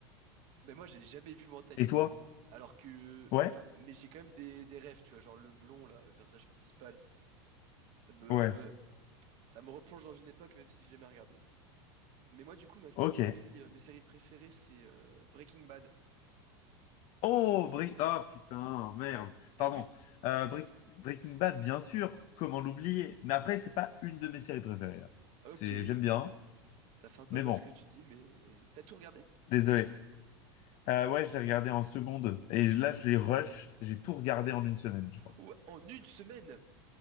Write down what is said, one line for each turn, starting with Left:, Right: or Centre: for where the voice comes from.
Right: Mais moi, j'ai jamais vu Mentaliste.
Left: Et toi?
Right: Alors que,
Left: Ouais?
Right: enfin, mais j'ai quand même des, des rêves, tu vois, genre le blond là, le personnage principal. Ça me,
Left: Ouais.
Right: ça me replonge dans une époque, même si j'ai jamais regardé. Mais moi, du coup, ma série,
Left: Ok.
Right: euh, mes séries préférées, c'est euh, Breaking Bad.
Left: Oh,
Right: Euh,
Left: Break... Ah, putain, merde.
Right: t'as
Left: Pardon.
Right: vu?
Left: Euh, Break- Breaking Bad, bien sûr. Comment l'oublier? Mais après, c'est pas une de mes séries préférées, là.
Right: Ok.
Left: C'est... J'aime bien,
Right: Ça fait un peu
Left: mais
Right: mal
Left: bon.
Right: ce que tu dis, mais vas-y. T'as tout regardé?
Left: Désolé. Euh, ouais, je l'ai regardé en seconde. Et là, je l'ai rush. J'ai tout regardé en une semaine, je crois.
Right: Ouais, en une semaine,